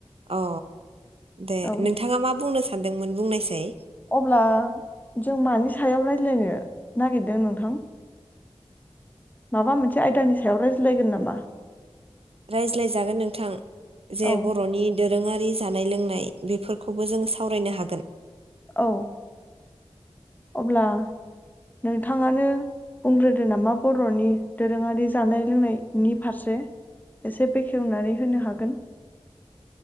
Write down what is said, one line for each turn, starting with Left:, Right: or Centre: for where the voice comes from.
Right: अ दे
Left: औ
Right: नोंथाङा मा बुंनो सान्दोंमोन बुंनायसाय।
Left: अब्ला जों मानि सायाव रायलायनो नागिरदों नोंथां? माबा मोनसे आयदानि सायाव रायज्लायगोन नामा?
Right: रायज्लायजागोन नोंथां जे
Left: औ
Right: बर'नि दोरोङारि जानाय लोंनाय बेफोरखौबो जोंङो सावरायनो हागोन।
Left: औ। अब्ला नोंथाङानो बुंग्रोदो नामा बर'नि दोरोङारि जानाय लोंनायनि फारसे एसे बेखेवनानै होनो हागोन।